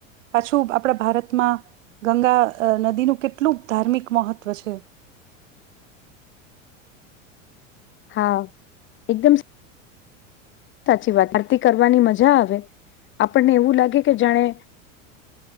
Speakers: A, on the right (about 75°); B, on the left (about 30°).
A: પાછું આપણા ભારતમાં ગંગા નદીનું કેટલું ધાર્મિક મહત્વ છે.
B: હા એકદમ. સાચી વાત આરતી કરવાની મજા આવે આપણને એવું લાગે કે જાણે